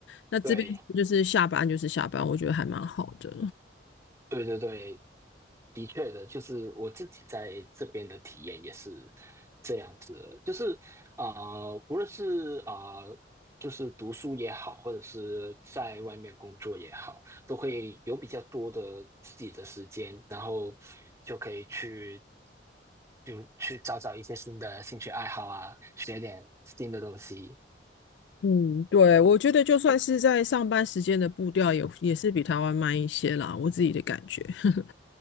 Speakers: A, on the left; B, on the right.
A: 那这边就是下班就是下班，
B: 对，
A: 我觉得还蛮好的。
B: 对对对。的确的，就是我自己在这边的体验也是这样子的就是啊、呃无论是啊、呃就是读书也好，或者是在外面工作也好，都会有比较多的自己的时间，然后就可以去就去找找一些新的兴趣爱好啊，学点新的东西。
A: 嗯，对，我觉得就算是在上班时间的步调也也是比台湾慢一些啦，我自己的感觉。<laughs>